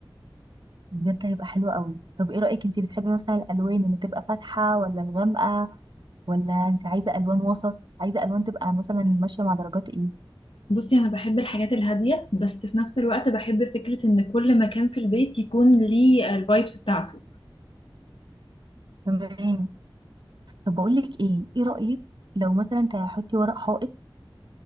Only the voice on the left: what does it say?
بصي انا بحب الحاجات الهادية بس في نفس الوقت بحب فكرة ان كل مكان في البيت يكون ليه الفايبس بتاعته